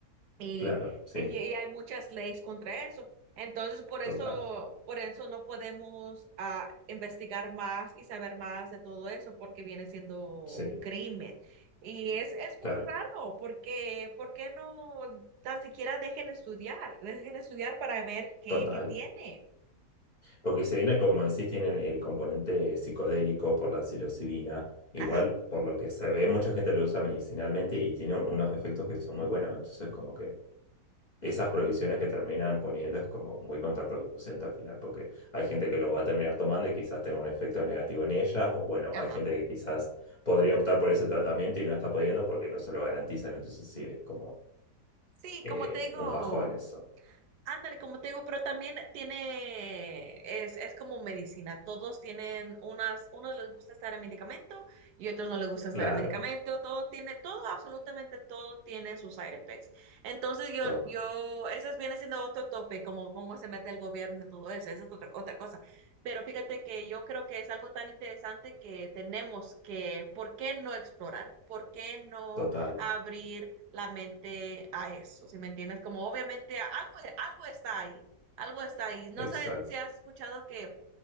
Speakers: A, on the right (about 75°); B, on the left (about 30°).
A: y,
B: claro, sí,
A: y- y hay muchas leyes contra eso. Entonces, por
B: total,
A: eso, por eso no podemos ah, investigar más y saber más de todo eso, porque viene siendo un
B: sí,
A: crimen. Y es, es muy
B: claro,
A: raro, porque ¿por qué no tan siquiera dejen estudiar? Dejen estudiar para ver qué,
B: total.
A: qué tiene.
B: Lo que se viene, como decís, tienen el componente psicodélico por la psilocibina. Igual,
A: Ajá,
B: por lo que se ve, mucha gente lo usa medicinalmente y tiene unos efectos que son muy buenos. Entonces, como que esas prohibiciones que terminan poniendo es como muy contraproducente al final, porque hay gente que lo va a terminar tomando y quizás tenga un efecto negativo en ellas, o bueno,
A: ajá.
B: hay gente que quizás podría optar por ese tratamiento y no está pudiendo porque no se lo garantizan. Entonces, sí, es como
A: Sí,
B: eh,
A: como te digo.
B: un bajón eso.
A: Ándale, como te digo, pero también tiene, es, es como medicina. Todos tienen unas, unos les gusta estar en medicamento y otros no les gusta estar
B: Claro,
A: en medicamento. Todo tiene, todo, absolutamente todo tiene sus side effects. Entonces yo,
B: to-
A: yo, ese viene siendo otro tope, como cómo se mete el gobierno en todo eso. Esa es otra, otra cosa. Pero fíjate que yo creo que es algo tan interesante que tenemos que, ¿por qué no explorar? ¿Por qué no
B: total,
A: abrir? la mente a eso, si me entiendes? Como obviamente a- algo, algo está ahí, algo está ahí. No
B: exacto.
A: sé si has escuchado que,